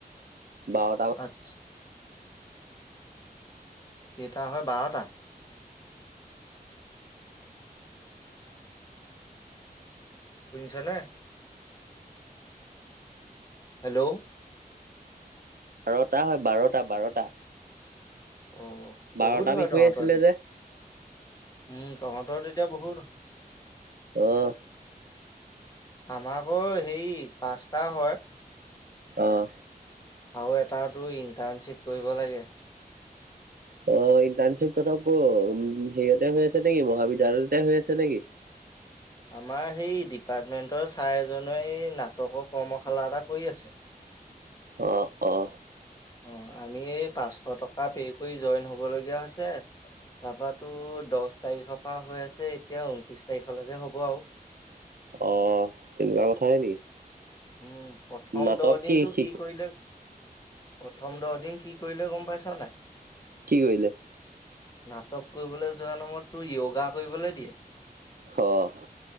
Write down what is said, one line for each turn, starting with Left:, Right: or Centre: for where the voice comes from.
Right: বাৰটা
Left: <inaudible> কেইটা হয় বাৰটা? শুনিছনে? হেল্ল'?
Right: বাৰটা হয়, বাৰটা বাৰটা।
Left: অ',
Right: বাৰটা
Left: বহুত হয়
Right: বিষয়
Left: তহঁতৰ
Right: আছিলে
Left: তেতিয়া?
Right: যে
Left: উম, তহঁতৰ তেতিয়া বহুত
Right: অঁ।
Left: আমাৰ আকৌ হেই পাঁচটা হয়।
Right: অঁ।
Left: আৰু এটাৰতো ইণ্টাৰ্ণশ্বিপ কৰিব লাগে।
Right: অ', ইণ্টাৰ্ণশ্বিপ তহঁতৰ ক' উম, হেৰিয়াতে হৈ আছে নেকি মহাবিদ্যালয়তে হৈ আছে নেকি?
Left: আমাৰ সেই ডিপাৰ্টমেন্টৰ ছাৰ এজনে এই নাটকৰ কৰ্মশালা এটা কৰি আছে।
Right: অ', অ'।
Left: অঁ, আমি এই পাঁচশ টকা পে' কৰি জইন হ'বলগীয়া হৈছে। তাৰপা তোৰ দহ তাৰিখৰ পৰা হৈ আছে, এতিয়া ঊনত্ৰিছ তাৰিখলৈকে হ'ব আৰু।
Right: অ', তেনেকুৱা কথাহে নেকি?
Left: উম, প্ৰথম
Right: নাটক
Left: দহ দিনটো
Right: শি
Left: কি কৰিলে প্ৰথম দহদিন কি কৰিলে গ'ম পাইছ নাই?
Right: কি কৰিলে?
Left: নাটক কৰিবলৈ যোৱা নামত তোৰ য়োগা কৰিবলৈ দিয়ে।
Right: অ'।